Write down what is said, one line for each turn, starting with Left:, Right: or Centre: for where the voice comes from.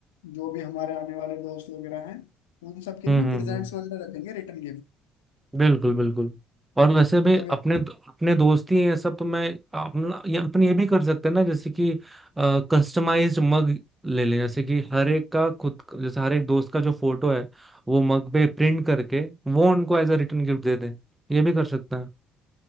Left: जो भी हमारे आने वाले दोस्त वगैरह हैं उन सब के
Right: हम्म
Left: लिए ना
Right: हम्म
Left: प्रेजेंट्स
Right: हम्म,
Left: वगैरह रखेंगे रिटर्न
Right: बिल्कुल बिल्कुल और वैसे भी
Left: गिफ्ट
Right: अपने अपने दोस्त ही ये सब तो मैं अपना ये अपन ये भी कर सकते हैं ना जैसे कि कस्टमाइज्ड मग ले लें जैसे कि हर एक का खुद का- जैसे हर एक दोस्त का जो फोटो है वो मग पे प्रिंट करके वो उनको एज अ रिटर्न गिफ्ट दे दें ये भी कर सकते हैं